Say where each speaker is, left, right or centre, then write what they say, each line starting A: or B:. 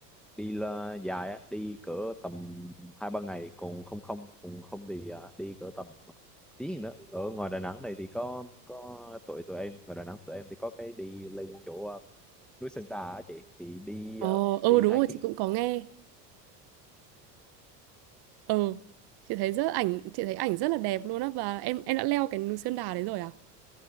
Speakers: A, in the centre; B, on the right.
A: đi là dài á đi cỡ tầm hai ba ngày còn không không còn không thì ờ, đi cỡ tầm tiếng nữa ở ngoài Đà Nẵng này thì có có tụi tụi em ngoài Đà Nẵng tụi em thì có cái đi lên chỗ ờ, núi Sơn Trà á chị thì đi
B: Ờ
A: ờ,
B: ừ
A: đi
B: đúng
A: hiking
B: rồi, chị cũng có nghe. Ờ chị thấy rất ảnh chị thấy ảnh rất là đẹp luôn á và em em đã leo cái núi Sơn Đà đấy rồi à?